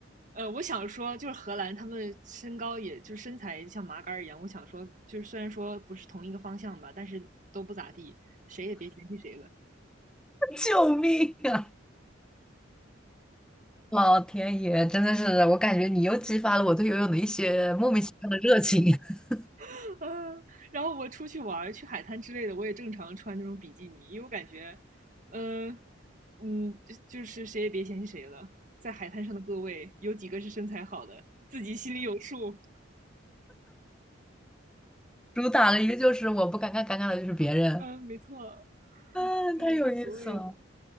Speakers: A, on the right (about 40°); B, in the centre.
A: 呃，我想说，就是荷兰，他们身高也就是身材像麻杆儿一样。我想说，就是虽然说不是同一个方向吧，但是都不咋地，谁也别嫌弃谁了。
B: 救命啊！老天爷，真的是，我感觉你又激发了我对游泳的一些莫名其妙的热情。<laughs>
A: <laughs> 嗯，啊然后我出去玩去海滩之类的，我也正常穿那种比基尼，因为我感觉，嗯，嗯，就就是谁也别嫌弃谁了，在海滩上的各位，有几个是身材好的，自己心里有数。
B: 主打了一个就是我不尴尬，尴尬的就是别人。
A: 嗯，没错，<laughs>
B: 啊，
A: 对，
B: 太有意思了！
A: 无所谓的。